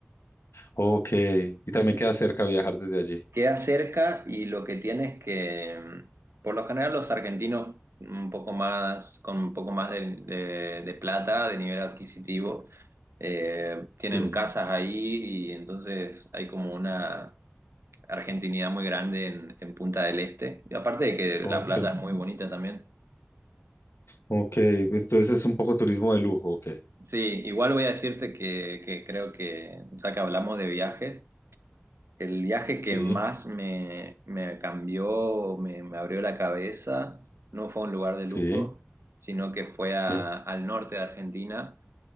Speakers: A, on the left; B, on the right.
A: Ok. Y también queda cerca viajar desde allí.
B: Queda cerca y lo que tiene es que, mm, por lo general, los argentinos un poco más, con un poco más de, de- de plata, de nivel adquisitivo, eh, tienen
A: sí,
B: casas ahí y entonces hay como una argentinidad muy grande en, en Punta del Este. Y aparte de que
A: Ok.
B: la playa es muy bonita también.
A: Ok. Entonces es un poco turismo de lujo, ok.
B: Sí, igual voy a decirte que, que creo que, ya que hablamos de viajes, el viaje que
A: sí,
B: más me, me cambió, me, me abrió la cabeza, no fue a un lugar de
A: sí,
B: lujo, sino que fue
A: sí,
B: a- al norte de Argentina,